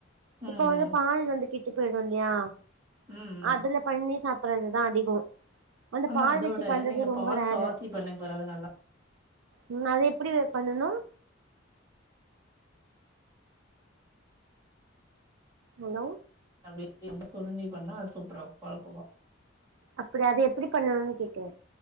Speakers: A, on the right (about 20°); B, on the right (about 85°).
A: ம்
B: இப்ப வந்து
A: ம்
B: பால் வந்து கெட்டு போயிடு இல்லியா
A: ம் ம்
B: அதுல பண்ணி சாப்புடுறது தா அதிகோ அந்த
A: ஆனா
B: பால்
A: அதோட
B: வச்சு பண்றது
A: நீங்க
B: ரொம்ப
A: பால்
B: ரேரு
A: காசி பண்ணுங்க பாரு அது நல்லா
B: உண்மயாவே எப்டி அத பண்ணுனா ஹலோ
A: அதே நம்ம சொல்ற மாரி பண்ணா அது சூப்பரா இருக் பால்கோவா
B: அப்டியா அத எப்டி பண்ணனுன் கேக்குறே